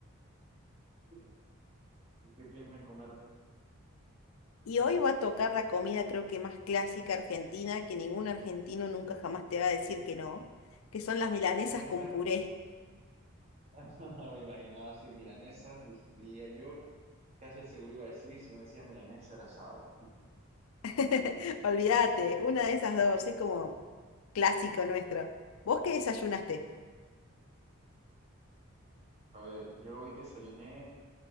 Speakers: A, on the right; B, on the left.
A: Sí. ¿Y qué piensan comer?
B: Y hoy va a tocar la comida creo que más clásica argentina, que ningún argentino nunca jamás te va a decir que no, que son las milanesas
A: Espera, espera.
B: con puré.
A: <laughs> Me imaginaba así milanesas, diría yo. Casi seguro iba a decir, y si no decía milanesa era asado.
B: <laughs> Olvídate, una de esas dos, es como clásico nuestro. ¿Vos qué desayunaste?
A: A ver, yo hoy desayuné